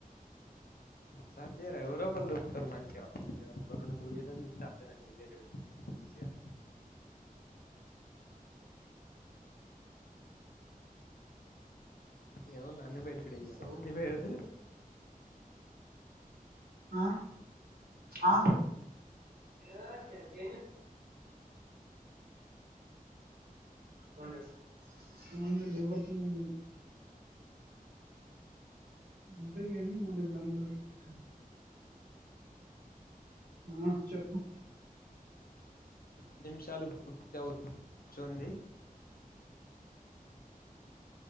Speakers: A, on the left; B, on the right.
A: సర్జేహెయిరా ఎవరో ఒకరు దొరుకుతారు. మంచిగా మీరు ఒక రెండు మూడు వీడియో లు చుత్తే అర్థం అయితది వేరే వెట్టుకుంటే <inaudible> ఏముంది అన్ని వెట్టుడే ఇగ
B: సౌత్
A: అన్ని వెడితే
B: ఆ ఆ ఆ ఎంత మొన్నటిది ముందు లెవ్వకముందు ఉంటాయిగానీ మళ్ళ ఇప్పుడు అందులో తిషి పెట్టేలా ఆ చెప్పు
A: పది నిమిషాలు పూర్తవు చుంది.